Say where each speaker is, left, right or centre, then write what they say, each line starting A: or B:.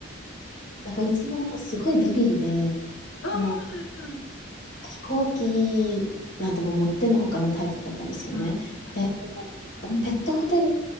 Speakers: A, on the left; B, on the left.
A: なんかうちの犬すごいビビリで、
B: あ、はいはい。
A: もう飛行機なんてもう持ってんのほかのタイプだったんですよね。
B: あ、あ、
A: で、でもなんかペットホテル、
B: こう、うん。